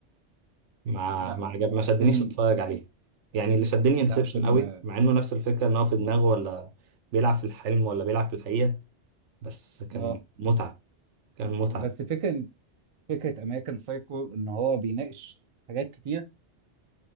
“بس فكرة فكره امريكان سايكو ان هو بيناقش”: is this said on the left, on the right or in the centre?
Right